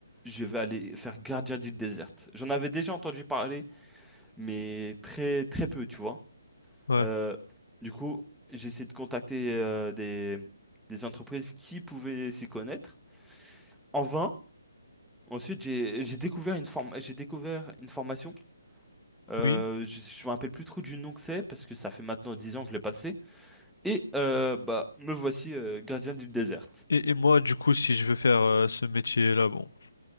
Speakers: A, in the centre; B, on the left.
A: Je vais aller faire gardien d'île déserte. J'en avais déjà entendu parler, mais très, très peu, tu vois.
B: là
A: Euh,
B: Ouais.
A: du coup, j'ai essayé de contacter euh, des, des entreprises qui pouvaient s'y connaître. En vain. Ensuite, j'ai j'ai découvert une forme, j'ai découvert une formation. Euh,
B: Oui.
A: je, je me rappelle plus trop du nom que c'est parce que ça fait maintenant 10 ans que je l'ai passé. Et euh, bah me voici euh, gardien du désert.
B: Et, et moi, du coup, si je veux faire euh, ce métier-là, bon,